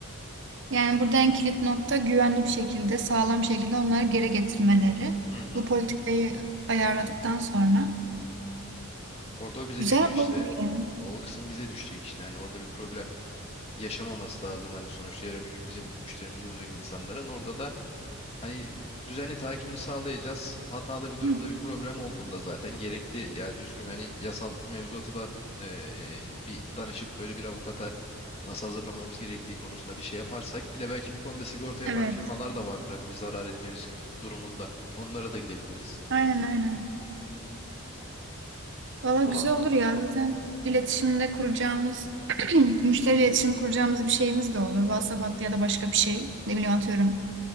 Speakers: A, on the right (about 55°); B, on the left (about 25°).
A: Yani burada en kilit nokta güvenli bir şekilde, sağlam şekilde onları geri getirmeleri.
B: Hı hı.
A: Bu politikayı ayarladıktan sonra
B: Orada o bize
A: güzel
B: düşüyor işte.
A: olur gibi ya.
B: O kısım bize düşecek işte. Hani orada bir problem yaşamaması lazım. Hani sonuçta yarın bir gün bizim müşterimiz olacak insanların. Orada da hani düzenli takibini sağlayacağız. Hatalı bir durumda
A: Hı hı.
B: bir problem olduğunda zaten gerekli ya düzgün hani yasal mevzuatı da eee, bir danışıp böyle bir avukata nasıl hazırlamamız gerektiği konusunda bir şey yaparsak bir de belki bu konuda sigorta yapan
A: Evet,
B: firmalar da vardır hani bir zarar etmemiz durumunda. Onlara da gidebiliriz.
A: aynen aynen. Valla
B: Valla
A: güzel olur ya zaten iletişimde kuracağımız, <clears throat> müşteri iletişim kuracağımız bir şeyimiz de olur. WhatsApp hattı ya da başka bir şey. Ne bileyim atıyorum